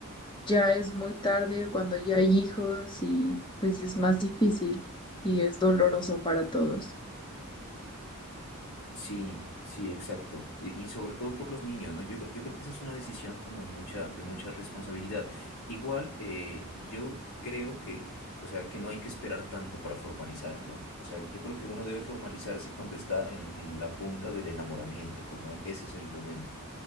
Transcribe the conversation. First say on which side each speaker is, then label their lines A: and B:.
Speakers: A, on the left; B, on the left.
A: ya es muy tarde cuando ya hay hijos y pues es más difícil y es doloroso para todos.
B: Sí, sí, exacto. Y, y sobre todo por los niños, ¿no? Yo, cre- yo creo que esa es una decisión como de mucha, de mucha responsabilidad. Igual, eh, yo creo que, o sea, que no hay que esperar tanto para formalizar, ¿no? O sea, yo creo que uno debe formalizarse cuando está en, en la punta del enamoramiento, como e- ese es el momento.